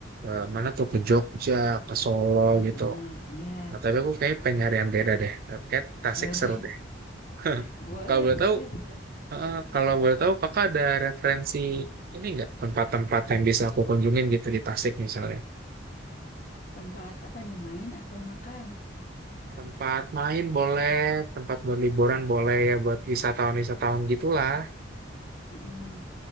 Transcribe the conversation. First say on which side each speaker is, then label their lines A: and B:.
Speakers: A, on the right; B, on the left.
A: eh, mana tuh ke Jogja, ke Solo
B: Mm-mm.
A: gitu.
B: Iya.
A: Nah tapi aku kayak pengen nyari yang beda deh. Kayak Tasik
B: <laughs>
A: seru deh. <laughs>
B: Boleh,
A: Kalau boleh
B: boleh,
A: tahu,
B: boleh.
A: eh, kalau boleh tahu kakak ada referensi ini nggak tempat-tempat yang bisa aku kunjungin gitu di Tasik misalnya?
B: Tempat apa nih main atau makan?
A: Tempat main boleh, tempat buat liburan boleh ya buat wisatawan-wisatawan gitulah.
B: Mm-mm.